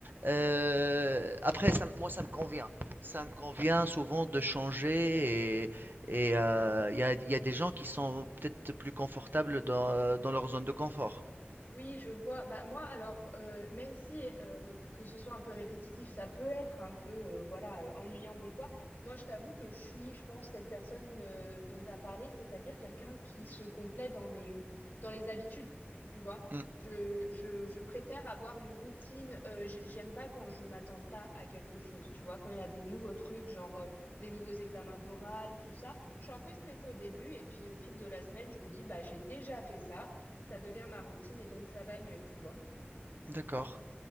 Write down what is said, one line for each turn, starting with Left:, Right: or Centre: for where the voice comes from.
Right: euh, après, ça me- moi, ça me convient. Ça me convient souvent de changer. Et et, euh, il y a, il y a des gens qui sont peut-être plus confortables dans, dans leur zone de confort.
Left: Oui, je vois. Bah moi, alors euh, même si euh, que ce soit un peu répétitif, ça peut être un peu euh, voilà euh, ennuyant des fois. Moi, je t'avoue que je suis, je pense, cette personne euh, dont tu as parlé, c'est-à-dire quelqu'un qui se complaît dans les dans les habitudes. Tu vois,
Right: Hmm,
Left: je je, je préfère avoir une routine. euh, j'ai- j'aime pas quand je m'attends pas à quelque chose. Tu vois, quand il y a des nouveaux trucs, genre euh, des nouveaux examens d'oral, tout ça, je suis un peu stressée au début et puis au fil de la semaine, je me dis bah j'ai déjà fait ça ça devient ma routine et donc ça va mieux, tu vois.
Right: d'accord.